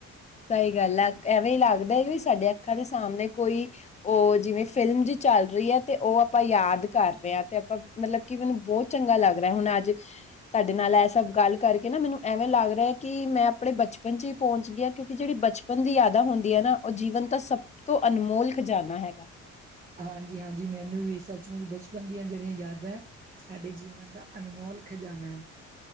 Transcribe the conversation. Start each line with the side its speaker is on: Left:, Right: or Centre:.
Left: ਸਈ ਗੱਲ ਐ ਐਵੇਂ ਈ ਲੱਗਦਾ ਵੀ ਸਾਡੇ ਅੱਖਾਂ ਦੇ ਸਾਮਣੇ ਕੋਈ ਓ ਜਿਵੇਂ ਫਿਲਮ ਜੀ ਚੱਲ ਰੀਆ ਤੇ ਓ ਆਪਾਂ ਯਾਦ ਕਰ ਰਿਆ ਤੇ ਆਪਾਂ ਮਤਲਬ ਕੀ ਮੈਨੂੰ ਬੋਤ ਚੰਗਾ ਲੱਗ ਰਿਆ ਹੁਣ ਅੱਜ ਤਾਡੇ ਨਾਲ ਐ ਸਭ ਗੱਲ ਕਰਕੇ ਨਾ ਮੈਨੂੰ ਐਵੇਂ ਲੱਗ ਰਿਐ ਕੀ ਮੈਂ ਆਪਣੇ ਬਚਪਨ ਚ ਈ ਪਹੁੰਚ ਗਿਆ ਕਿਉਂਕੀ ਜੇੜੀ ਬਚਪਨ ਦੀ ਯਾਦਾਂ ਹੁੰਦੀ ਐ ਨਾ ਓ ਜੀਵਨ ਦਾ ਸਭ ਤੋਂ ਅਨਮੋਲ ਖਜ਼ਾਨਾ ਹੈਗਾ।
Right: ਹਾਂਜੀ-ਹਾਂਜੀ ਮੈਨੂੰ ਵੀ ਸੱਚਮੁੱਚ ਬਚਪਨ ਦੀਆਂ ਜੇੜੀਆਂ ਯਾਦਾਂ ਸਾਡੇ ਜੀਵਨ ਦਾ ਅਨਮੋਲ ਖਜਾਨਾ ਐ।